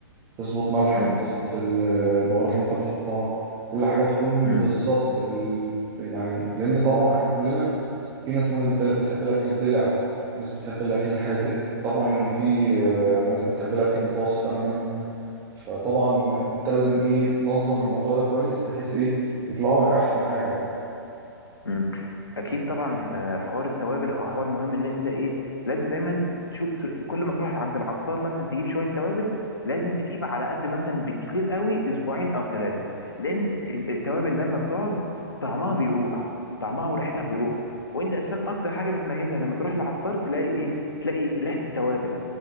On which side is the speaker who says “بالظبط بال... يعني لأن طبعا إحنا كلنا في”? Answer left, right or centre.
Right